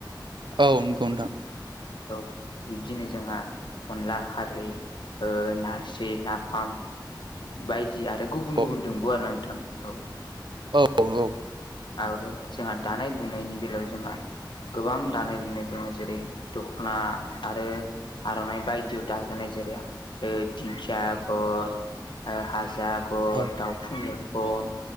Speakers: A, on the right; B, on the left.
A: औ नंगौ नोंथां।
B: औ बिब्दिनो जोंहा अनला खारै ओ नारजि नाफाम बायदि आरो गुबुन
A: औ
B: गुबुन दंबावो आरो नोंथां औ।
A: औ नंगौ।
B: आरो जोंहा दानाय लुनायनि बेलायाव जोंहा गोबां दानाय लुनाय दङ जेरै दख'ना आरो आर'नाइ बायदि दाजानाय जेरै ओ दिंखिया आगर ओ हाजो आ गर
A: औ
B: दाउथु मेगन